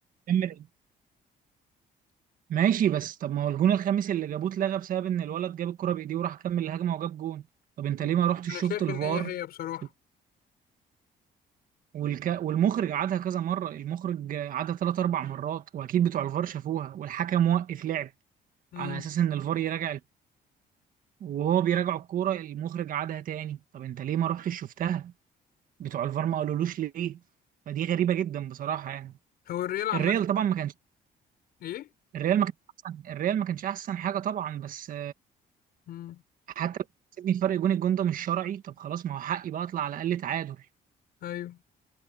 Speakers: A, on the right; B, on the left.
A: بايديه ماشي بس طب ما هو الجون الخامس اللي جابوه اتلغى بسبب ان الولد جاب الكرة بايديه وراح كمل الهجمة وجاب جون طب انت
B: مم.
A: ليه ما رحتش
B: انا شايف
A: شفت الفار
B: ان هي هي بصراحه
A: في- والك... والمخرج عادها كذا مرة المخرج عادها ثلاث اربع مرات واكيد بتوع الفار شافوها والحكم وقف لعب
B: امم
A: على اساس ان الفار يراجع ال- وهو بيراجع الكورة المخرج عادها تاني طب انت ليه ما رحتش شفتها بتوع الفار ما قالولوش ليه فدي غريبة جدا بصراحة يعني
B: هو الريال عامه
A: الريال طبعا ما كانش
B: ايه
A: الريال ما كانش احسن الريال ما كانش احسن حاجة طبعا بس
B: امم
A: حتى لو كسبني فرق جون الجون ده مش شرعي طب خلاص ما هو حقي بقى اطلع على الاقل تعادل
B: ايوه